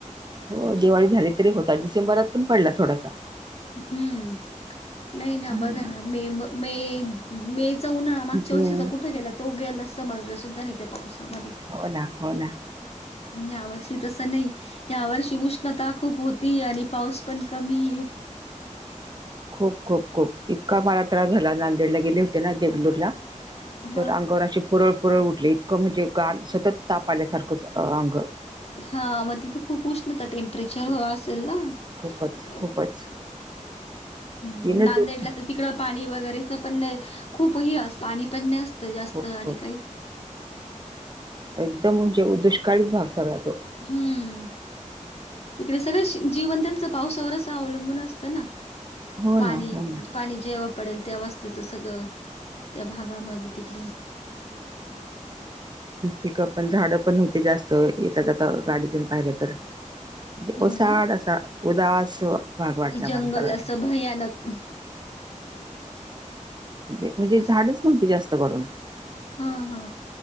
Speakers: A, on the right; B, on the left.
A: हो दिवाळी झाली तरी होता डिसेंबरात पण पडला थोडासा
B: हम्म नाही ना
A: हां,
B: बघा ना मे म मे मे चा उन्हाळा मागच्या
A: जून
B: वर्षी कुठे गेला तो गेला समजला सुद्धा नाही त्या पावसामधी
A: होना होना.
B: यावर्षी तस नाही यावर्षी उष्णता खूप होती आणि पाऊस पण कमी ये.
A: खूप खूप खूप इतका मला त्रास झाला नांदेडला गेले होते ना देगलूरला
B: हा
A: तर अंगावर अशी पुरळ पुरळ उठली इतकं म्हणजे गार सतत ताप आल्यासारखंच अंग.
B: हा मग तिथं खूप उष्णता टेम्परेचर असेल ना.
A: खूपच
B: अ
A: खूपच
B: हम्म
A: तीनच
B: नांदेडला
A: दिवस
B: तर तिकडं पाणी वगैरेच पण खूप हे असं पाणी पण नसतं जास्त
A: खूप
B: आणि
A: खूप
B: काहीच
A: एकदम म्हणजे दुष्काळीच भाग सगळा तो.
B: हम्म तिकडे सगळे जिवन त्यांचं पावसावरच अवलंबून असतं ना
A: हो
B: पाणी
A: ना हो ना
B: पाणी जेव्हा पडेल त्या वास्तुचं सगळं त्या भागामध्ये तिकडे
A: पिकं पण झाडं पण होती जास्त येेता जाता गाडीतून पाहिलं तर म्हणजे
B: हो
A: ओसाड
B: ना
A: असा उदास भाग वाटला
B: जंगल
A: मला सगळा.
B: असं भयानक. <unintelligible>
A: म्हणजे म्हणजे
B: अस
A: झाडच नव्हती जास्त करून
B: हा हा